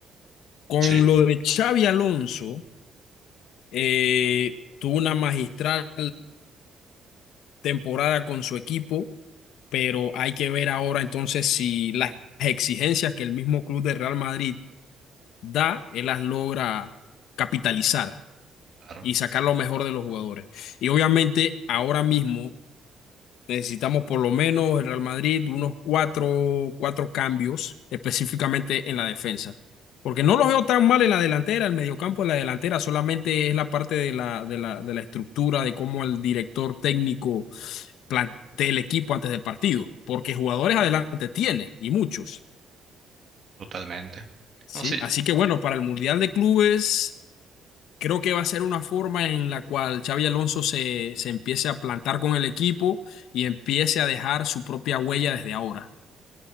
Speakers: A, on the left; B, on the right.
A: Con
B: Sí,
A: lo de Xavi Alonso, eh, tuvo una magistral temporada con su equipo, pero hay que ver ahora entonces si las exigencias que el mismo club de Real Madrid da, él las logra capitalizar
B: claro,
A: y sacar lo mejor de los jugadores. Y obviamente ahora mismo Necesitamos por lo menos el Real Madrid unos cuatro, cuatro cambios, específicamente en la defensa. Porque no los veo tan mal en la delantera, el mediocampo en la delantera, solamente es la parte de la, de la, de la estructura, de cómo el director técnico plantea el equipo antes del partido. Porque jugadores adelante tiene, y muchos.
B: totalmente.
A: ¿sí?
B: No, sí,
A: Así que bueno, para el Mundial de Clubes Creo que va a ser una forma en la cual Xabi Alonso se, se empiece a plantar con el equipo y empiece a dejar su propia huella desde ahora.